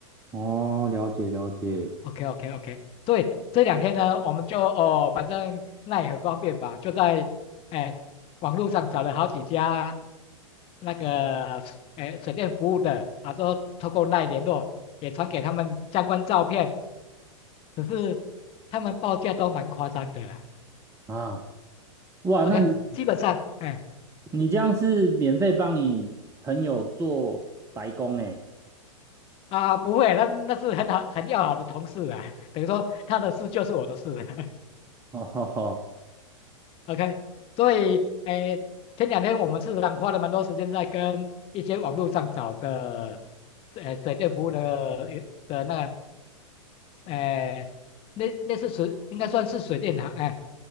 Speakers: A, on the right; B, on the left.
A: 哦，了解了解。
B: OK OK OK，所以这两天呢，我们就哦，反正那也很方便吧，就在哎网络上找了好几家那个哎水电服务的，啊，之后透过那联络，也传给他们相关照片。只是他们报价都蛮夸张的啦。
A: 啊，哇，
B: OK，
A: 那你
B: 基本上，哎、
A: 你这样是免费帮你朋友做白工哎，
B: 啊，不会，那那是很好很要好的同事啦，<laughs> 等于说他的事就是我的事了。<laughs>
A: 哦好好，
B: OK，所以，哎、前两天我们市场花了蛮多时间在跟一些网络上找的，呃，水电服务的的那个，哎、那类似水，应该算是水电行，哎、